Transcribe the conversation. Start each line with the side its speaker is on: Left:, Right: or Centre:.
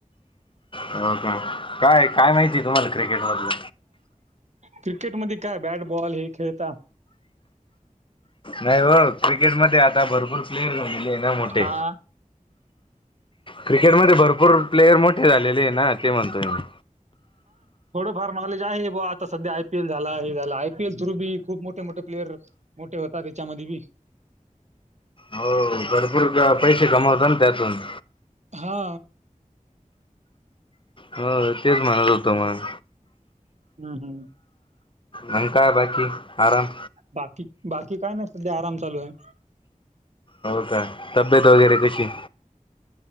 Left: हो. काय काय माहितीय तुम्हाला क्रिकेट मधल?
Right: क्रिकेट मध्ये काय बॅटबॉल हे खेळता-
Left: नाही हो, क्रिकेट मधे आता भरपूर प्लेयर झालेले आहे ना, मोठे.
Right: हा
Left: क्रिकेटमध्ये भरपूर प्लेयर मोठे झालेले आहे ना, ते म्हणतोय मी.
Right: फार मलेज आहे, बूवा आता सध्या आयपीएल झाला, हे झाला, आयपीएल थ्रू बी खूप मोठे मोठे प्लेयर मोठे होता, त्याच्यामध्ये बी.
Left: हो भरपूर पैसे कमावतात ना, त्यातून-
Right: हा.
Left: हो तेच म्हणत होत मग
Right: हम्. हम्म.
Left: मग काय बाकी आराम.
Right: बाकी बाकी काय नाही सध्या आराम चालू आहे.
Left: हो का? तब्येत वगैरे कशी?